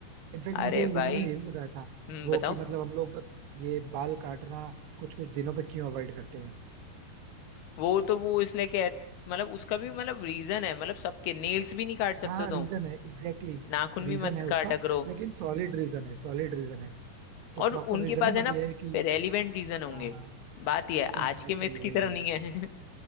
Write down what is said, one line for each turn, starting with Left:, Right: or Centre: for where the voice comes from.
Right: इनफैक्ट
Left: अरे
Right: मुझे उन्होंने
Left: भाई
Right: ये भी बताया था
Left: हम्म
Right: वो
Left: बताओ
Right: कि मतलब हम लोग ये बाल काटना कुछ कुछ दिनों पे क्यों अवॉइड करते हैं
Left: वो तो वो इसलिए कह मतलब उसका भी मतलब रीजन है मतलब सबके नेल्स भी नहीं काट सकते
Right: हाँ
Left: तुम
Right: रीजन है एग्जैक्टली exactly,
Left: नाखून
Right: रीजन
Left: भी मत
Right: है
Left: काटा
Right: उसका
Left: करो
Right: लेकिन सॉलिड रीजन है सॉलिड रीजन है तो
Left: और
Right: प्रॉपर
Left: उनके
Right: रीजन
Left: पास
Right: है
Left: है
Right: बट
Left: ना
Right: ये है कि
Left: रेलिवेंट रीजन होंगे
Right: हाँ
Left: बात यह है
Right: एग्जैक्टली
Left: आज के मिथ
Right: exactly
Left: की
Right: वही
Left: तरह
Right: है
Left: नहीं है